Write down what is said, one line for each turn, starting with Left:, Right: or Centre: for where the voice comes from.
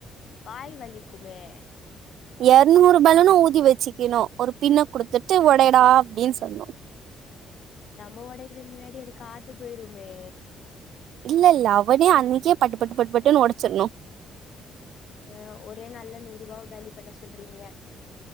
Left: வாய் வலிக்குமே
Right: எரநூறு பலூனு ஊதி வெச்சுக்கணு ஒரு பின்ன குடுத்துட்டு ஒடைடா அப்டின்னு சொல்லனு
Left: நம்ம ஒடைக்கறதுக்கு முன்னாடி அது காத்து போயிருமே
Right: இல்ல இல்ல அவனே அன்னைக்கே பட்டுப்பட்டு பட்டுப்பட்டுனு ஒடச்சரனு
Left: ஆ ஒரே நாள்ல நூறுரூபாவ காலி பண்ண சொல்றீங்க